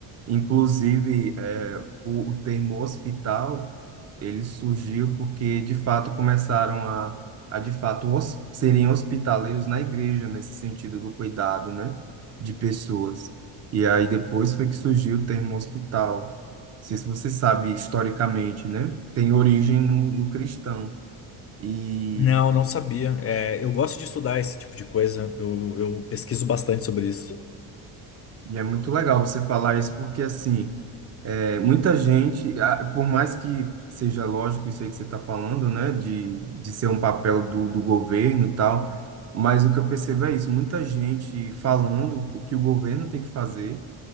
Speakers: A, on the right; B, on the left.
A: Inclusive, eh, o, o termo hospital, ele surgiu porque, de fato, começaram a, a de fato, hos, serem hospitaleiros na igreja, nesse sentido do cuidado, né, de pessoas. E aí depois foi que surgiu o termo hospital. Não sei se você sabe historicamente, né, tem origem no, no cristão. E,
B: Não, não sabia. É, eu gosto de estudar esse tipo de coisa. Eu, eu pesquiso bastante sobre isso.
A: e é muito legal você falar isso porque, assim, É, muita gente, ah, por mais que seja lógico isso aí que você está falando, né, de, de ser um papel do, do governo e tal, mas o que eu percebo é isso, muita gente falando o que o governo tem que fazer